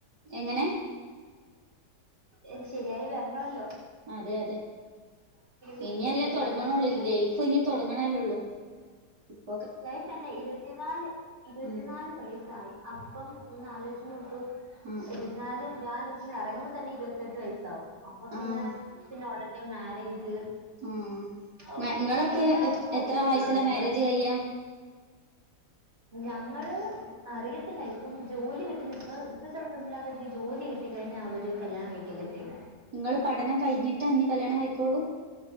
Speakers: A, on the right (about 85°); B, on the right (about 40°).
A: എങ്ങനെ
B: ഇത് ശരിയായി വരണല്ലോ
A: അതെ അതെ
B: ദൈവമേ
A: ഇനിയല്ലേ
B: ശരിയാവണേ
A: തൊടങ്ങ്ണൊള്ളൂ
B: ശരിയാവണേ
A: ലൈഫ് ഇനി തൊടങ്ങ്ണല്ലേള്ളൂ <unintelligible>
B: ലൈഫ് <unintelligible> ഇരുപത്തി നാല് ഇരുപത്തി
A: ഉം
B: നാല് വയസ്സായി അപ്പം ഒന്നാലോജിച്ച് നോക്ക്
A: ആഹ്
B: ഇരുപതിനാല് ഞാന് ഇതിന്ന് ഇറങ്ങുമ്പോ തന്നെ ഇരുപത്തെട്ട് വയസ്സാവും അപ്പൊ പിന്നെ
A: ആഹ് ആഹ്
B: പിന്നെ ഉടനെ മാരേജ്
A: ആഹ്
B: ഓ
A: നിങ്ങളൊക്കെ
B: എങ്ങനാന്നും <unintelligible>
A: എത്ര വയസ്സിലാ മാരേജ് കഴിയാ
B: ഞങ്ങള് അറിയത്തില്ല ഇപ്പം ജോലി കിട്ടുന്ന ഇപ്പ ഇപ്പ ചെല പെൺപിള്ളേര് ജോലി കി കഴിഞാ അവര് കല്ലിയാണം കഴിക്കല്ലേ ചെയ്യുന്നെ
A: ങ്ങള് പഠനം കഴിഞ്ഞിട്ടാ ഞ്ഞി കല്യാണം കയി ക്കൊള്ളൂ?